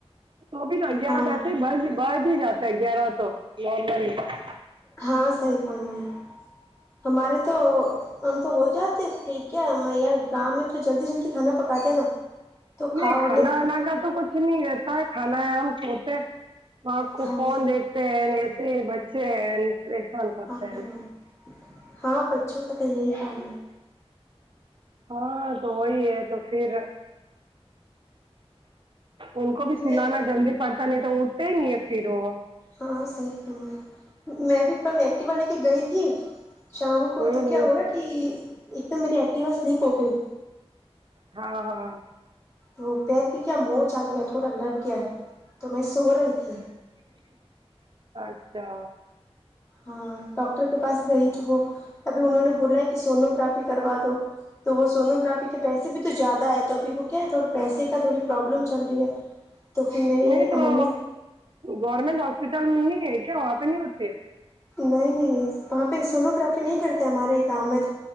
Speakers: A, on the right; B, on the left.
A: تو بھیھی ن گیارہ
B: ہاں
A: تو ایسے ہی ب بھ ہی جاتا ہے گیارہ تو لارمل <unintelligible>
B: ہاں صحی فم ہے ہمارے تو ہم تو ہو جاتے پری کیا میں یار گاؤں میں تو جلدی جلدی کھانا پکاتے ہیں نا تو کھا
A: نہیں
B: وغیرہ
A: کھانا آانا کا تو کچھ نہیں رہتا ہے کھانا ہے ہم سوتے آاں آپ کو
B: ہاں
A: فون دیکھتے ہیں ایسے ہی بچے ہیں پریشان کرتے
B: ہاں
A: ہیں
B: ہاں بچوں کا تو یہی کام ہے
A: ہاں تو وہی ہے تو پھر ان
B: ہے
A: کو بھی سلانا
B: میں
A: جلدی پڑتا نہیں تو اٹھتے ہی نہیں ہے پھر وہ
B: ہاں صحیح فما میں بھی کل ایکٹیوا لے کے گئی تھی شام کو
A: ہوں
B: تو کیا
A: ہوں
B: ہوا کہ ایک تو میری ایکٹیوا سلیپ ہو گئی
A: ہاں ہاں
B: وہ پیر کی کیا موچ آ گیا تھوڑا لگ گیا تو میں سو رہی تھی
A: ا <unintelligible> <inaudible> اچھا
B: ہاں ڈاکٹر کے پاس گئی توھی وہ ابھی انہوں نے بولا ہے کہ سونوگرافی کروا دو تو وہ سونو گرافی کے پیسے بھی تو زیادہ ہے تو ابھی وہ کیا ہے تھوا پیسے کا تھوڑی پروابلم چل رہی ہے
A: <unintelligible> <inaudible>
B: تو پھر میرے
A: نہیں تو
B: ممی
A: گورنمنٹ ہاسپٹل میں نہیں ہے کیا وہاں پہ نہیں ہوتے
B: نہیں نہیں وہاں پہ سونوگررافی نہیں کرتے ہمارے یہ گاؤں میں تو